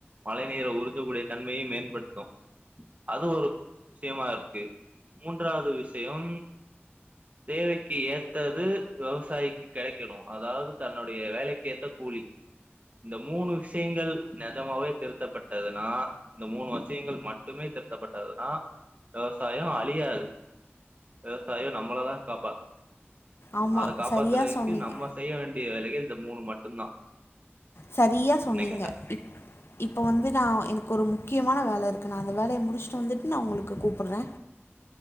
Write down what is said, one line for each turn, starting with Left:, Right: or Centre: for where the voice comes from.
Right: மழை நீர உறிஞ்சக்கூடிய தன்மைய மேம்படுத்தும் அது ஒரு விஷயமா இருக்கு மூன்றாது விஷயம் தேவைக்கு ஏத்தது விவசாயிக்கு கெடைக்கணு அதாவது தன்னுடைய வேலைக் க்கேத்த கூலி இந்த மூணு விஷியங்கள் நெஜமாவே திருத்தப்பட்டதுனா இந்த மூணு விஷயங்கள் மட்டுமே தத்தப்பட்டதுனா விவசாய அழியாது விவசாயம் நம்மளதா காப்பாத்
Left: ஆமாம்
Right: அத காப்பாத்துறதுக்கு
Left: சரியாக சொன்னீங்க
Right: நம்ம செய்ய வேண்டிய வேலைகள் இந்த மூணு மட்டுந்தா
Left: சரியா சொன்னீங்க
Right: என்ன கேட்டா
Left: இப் இப்ப வந்து நா எனக்கு ஒரு மு முக்கியமான வேல இருக்கு நா அந்த வேலைய முடிச்சுட்டு வந்துட்டு நா உங்களுக்கு கூப்புட்ற